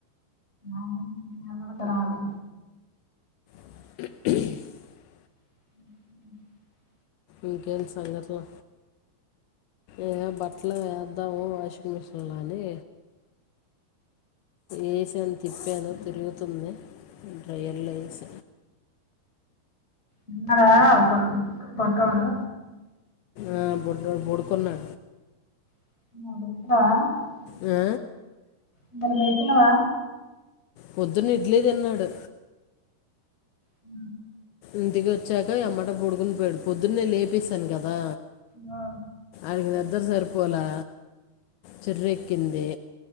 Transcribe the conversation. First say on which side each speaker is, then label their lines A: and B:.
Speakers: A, on the left; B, on the left.
A: ఆక్క రాదు
B: <inaudible>
A: ఆహా
B: ఇంకంటి సంగతులు ఏదో బట్టలు వేద్దాము వాషింగ్ మిషన్లోని ఏసన్ తిప్పాను తిరుగుతుంది డ్రయల్స
A: ఉందా ఎార పంటడా
B: ఆ బడ్ బోర్కున్నా
A: హు
B: ఆ
A: ఎమన పట్టినవ
B: పొద్దున్న ఇడ్లే తిన్నాడు
A: హ
B: ఇంటికి వచ్చాక ఈ మాటె పడుకుని పోయాడు పొద్దున్నేను లేపిస్తాను కదా
A: ఆ
B: వాణికి నిద్దర సరిపోలా చెర్ర ఎక్కింది